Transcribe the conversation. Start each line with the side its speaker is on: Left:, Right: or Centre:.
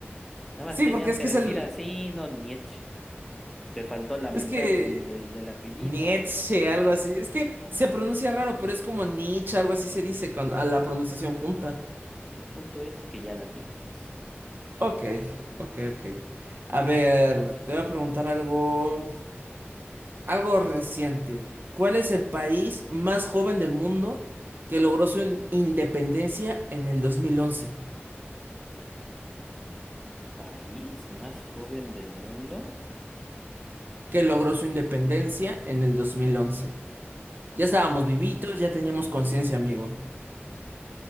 Centre: Nada
Right: Sí,
Centre: más tenías
Right: porque es
Centre: que
Right: que
Centre: decir
Right: es el.
Centre: así, no Nietzsche. Pues Te faltó la mitad
Right: Es que
Centre: del, del, del apellido.
Right: Nietzsche, algo así. Es que
Centre: Ah,
Right: se pronuncia
Centre: ¿verdad?
Right: raro, pero es como Nietzsche, algo así se dice con, a la pronunciación junta.
Centre: El punto es que ya la tienes.
Right: Ok, ok, ok. A ver, te voy a preguntar algo, algo reciente. ¿Cuál es el país más joven del mundo que logró su independencia en el 2011?
Centre: ¿País más joven del mundo?
Right: Que logró su independencia en el 2011. Ya estábamos vivitos,
Centre: Mm,
Right: ya teníamos conciencia, amigo.